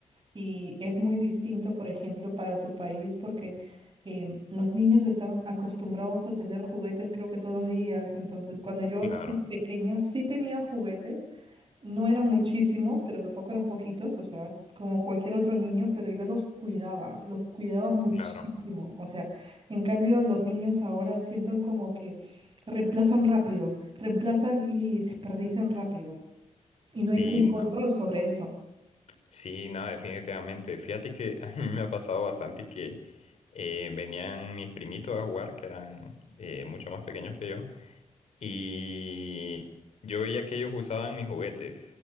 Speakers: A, on the right; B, on the left.
A: Y es muy distinto, por ejemplo, para su país porque em, los niños están acostumbrados a tener juguetes creo que todos los días. Entonces, cuando yo
B: Claro,
A: era pequeña sí tenía juguetes, no eran muchísimos, pero tampoco eran poquitos, o sea, como cualquier otro niño, pero yo los cuidaba, los cuidaba muchísimo.
B: claro.
A: O sea, en cambio los niños ahora sienten como que reemplazan rápido, reemplazan y desperdician rápido. Y no hay
B: Sí,
A: un
B: no.
A: control sobre eso.
B: Sí, nada definitivamente. Fíjate que <laughs> a mí me ha pasado bastante que eh, venían mis primitos a jugar, que eran eh, mucho más pequeños que yo, y yo veía que ellos usaban mis juguetes,